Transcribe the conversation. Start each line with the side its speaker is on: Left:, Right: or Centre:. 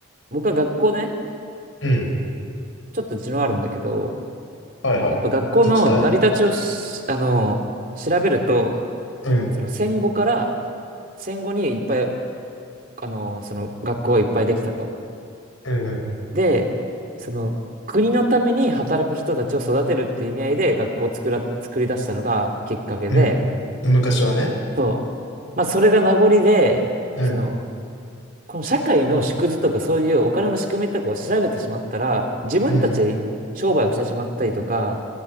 Right: 僕は学校ね、
Left: うん。
Right: ちょっと地のあるんだけど、
Left: はいはい。
Right: やっぱ学校の成り立ちをしあの、
Left: 聞きたい。
Right: 調べると、
Left: うん。
Right: その戦後から、戦後にいっぱい、あの、その学校がいっぱいできたと。
Left: うんうん。
Right: で、その国のために働く人たちを育てるっていう意味合いで学校を作ら、作り出したのがきっかけで、
Left: うん。昔はね。
Right: そう。まあ、それが名残で、
Left: うん。
Right: その、この社会の縮図とかそういうお金の仕組みとかを調べてしまったら、自分たちで商売をしてしまったりとか、
Left: うんうん。